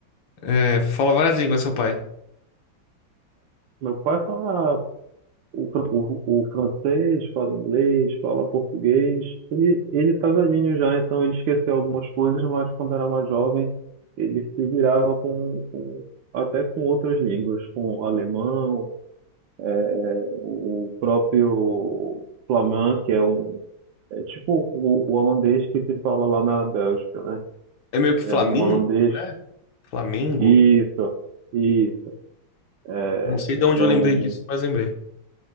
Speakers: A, on the left; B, on the right.
A: É, fala várias línguas, seu pai.
B: Meu pai fala O, fran- o, o francês fala inglês, fala português. Ele, ele tá velhinho já, então ele esqueceu algumas coisas, mas quando era mais jovem, ele se virava com, com- até com outras línguas, com alemão, é, é, o próprio flamand, que é um é tipo o, o holandês que se fala lá na Bélgica, né?
A: É meio que Flamengo,
B: É um holandês.
A: né? Flamengo.
B: Isso, isso. É,
A: Não sei de onde
B: é
A: eu lembrei
B: é um
A: disso, mas lembrei.